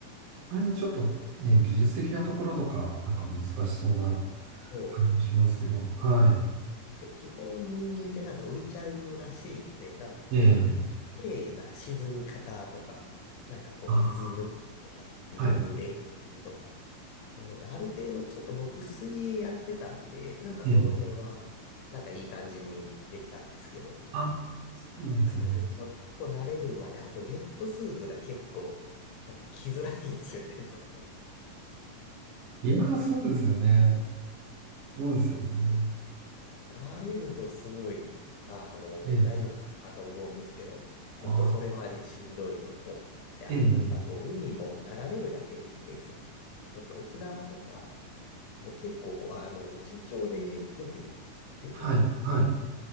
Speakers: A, on the right (about 85°); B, on the left (about 80°).
A: あれのちょっとね、技術的なところとか、なんか難しそうな
B: そうなんです。
A: 感じもしますけど。はい。
B: ぱり基本人間でなんか浮いちゃうらしいので、なんかこう、
A: ええ。
B: 綺麗な沈み方とか、なんかこう水抜きとかっていう練習とか。
A: あ、はい。
B: なのである程度ちょっと僕水泳やってたんで、なんかその辺はなんかいい感じにできたんですけど。
A: ええ。あ、そうなんですね。
B: なのでちょっと慣れるまで、あとウェットスーツが結構やっぱ着づらいんですよね、ちょっと。
A: いやー、そうですよね。
B: そうなんです。
A: そうですよね。
B: だから慣れるとすごい、あの、
A: ええ。
B: 大丈夫かなと思うんですけど、ちょっとそれまでしんどいのと、
A: あ、
B: で、あとやっぱこう、
A: ええ。ええ
B: 海も眺めるだけで綺麗ですもんねちょっと沖縄とか、もう結構、あの、出張でよく行ってて、
A: はい。はい。